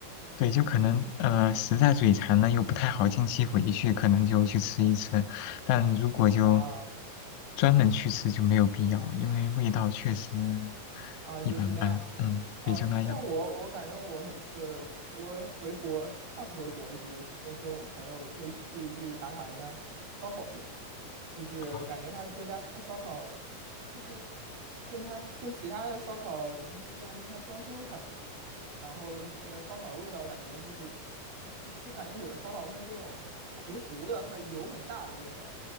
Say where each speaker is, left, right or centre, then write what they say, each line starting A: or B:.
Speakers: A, on the left; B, on the right.
A: 对，就可能呃，实在嘴馋了又不太好近期回去，可能就去吃一吃。但如果就
B: 啊、
A: 专门去吃就没有必要，因为味道确实
B: 啊，就是那样。
A: 一般般。嗯，
B: 啊，
A: 也就那样
B: 像我，我感觉我每次我回国，上次回国，比如说跟我朋友会一起去打卡一家烧烤店，就是感觉他这家烧烤
A: 啊
B: 就是跟他跟其他的烧烤不一样，就是他装修还不错，然后那个烧烤的味道感觉就是就是感觉有的烧烤会那种糊糊的和油很大的味道，